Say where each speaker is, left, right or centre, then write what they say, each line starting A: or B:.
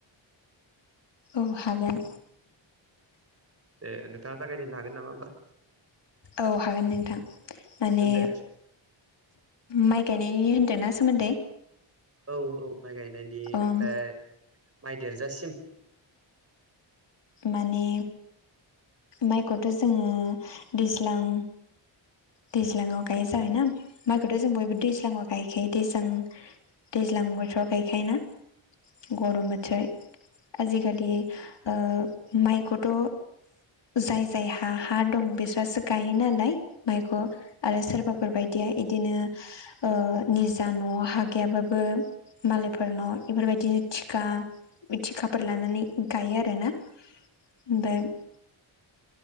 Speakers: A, on the left; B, on the right.
A: औ हागोन
B: दे नोंथाङा जागायजेननो हागोन नामा होमबा?
A: औ हागोन नोंथां माने
B: दे
A: माइ गायनायनि होन्दोंना सोमोन्दै?
B: औ औ माइ गायनायनिफ्राय
A: ओम
B: माइ देरजासिम।
A: माने माइखौथ जोङो दैज्लां दैज्लाङाव गायो जायो ना। माइखौथ' जों बयबो दैज्लाङाव गायखायो दैज्लां दैज्लां बोथोराव गायखायो ना। गरम बोथोर आजिखालि ओ माइखौथ जाय जायहा हा दं बिस्रासो गायो नालाय माइख' आरो सोरबाफोर बायदिया इदिनो ओ निजा नआव हा गैयाबाबो मालायफोरनाव इफोरबायदिनो थिका थिखाफोर लानानै गायो आरो ना। <unintelligible>